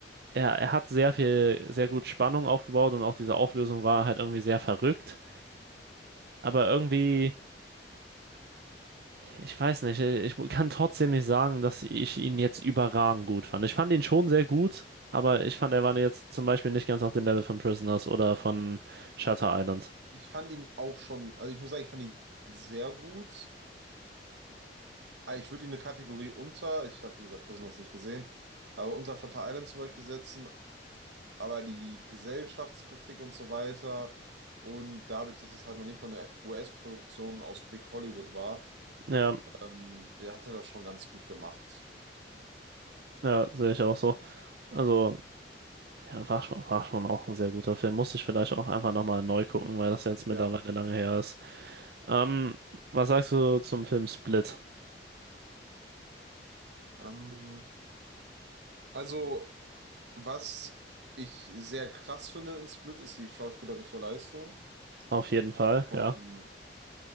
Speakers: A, on the right; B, on the right.
A: er, er hat sehr viel, sehr gut Spannung aufgebaut und auch diese Auflösung war halt irgendwie sehr verrückt. Aber irgendwie, ich weiß nicht, ich kann trotzdem nicht sagen, dass ich ihn jetzt überragend gut fand. Ich fand ihn schon sehr gut, aber ich fand, er war jetzt zum Beispiel nicht ganz auf dem Level von Prisoners oder von Shutter Island.
B: Ich fand ihn auch schon, also ich muss sagen, ich fand ihn sehr gut. Ah, Ich würde ihn eine Kategorie unter, ich habe wie gesagt Prisoners nicht gesehen, aber unter Shutter Island zum Beispiel setzen, aber die Gesellschaftskritik und so weiter und dadurch, dass es halt noch nicht mal eine US-Produktion aus Big Hollywood war,
A: Ja,
B: ähm, hat er das schon ganz gut gemacht.
A: ja, sehe ich auch so. Also, ja, war schon, war schon auch ein sehr guter Film. Musste ich vielleicht auch einfach nochmal neu gucken, weil das jetzt
B: Ja.
A: mittlerweile lange her ist. Ähm, was sagst du zum Film Split?
B: Ähm, also Was ich sehr krass finde in Split ist die schauspielerische Leistung
A: Auf jeden Fall,
B: vom,
A: ja.